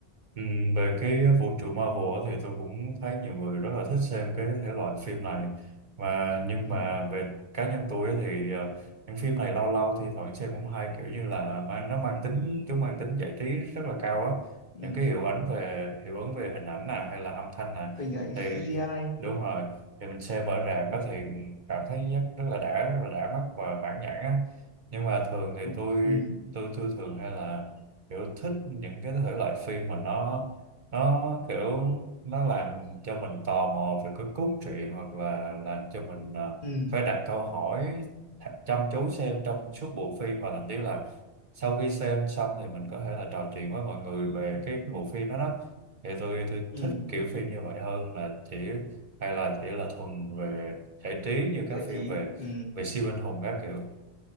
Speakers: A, on the right; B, on the left.
A: Ừ, về cái vũ trụ Marvel á thì tôi cũng thấy nhiều người rất là thích xem cái thể loại phim này mà nhưng
B: ừ.
A: mà về cá nhân tôi á thì ờ, những phim này lâu lâu thì thoảng xem cũng hay kiểu như là mang nó mang tính chúng mang tính giải trí rất là cao á
B: Ừ.
A: những cái hiệu ứng về hiệu ứng về hình ảnh nè hay là âm thanh nè
B: hình ảnh
A: thì
B: CGI
A: đúng rồi thì mình xem ở rạp đó thì cảm thấy rất, rất là đã rất là đã mắt và mãn nhãn á nhưng mà thường thì
B: ừ.
A: tôi
B: Ừ.
A: tôi tôi thường hay là kiểu thích những cái thể loại phim mà nó nó kiểu nó làm cho mình tò mò về cái cốt truyện hoặc là làm cho mình ờ,
B: Ừ.
A: phải đặt câu hỏi thật chăm chú xem trong suốt bộ phim và thậm chí là sau khi xem xong thì mình có thể là trò chuyện với mọi người về cái bộ phim đó đó thì tôi tôi
B: ừ,
A: thích kiểu phim như vậy hơn là chỉ hay là chỉ là thuần về giải trí như
B: giải
A: các phim
B: trí
A: về
B: ừ.
A: về siêu anh hùng các kiểu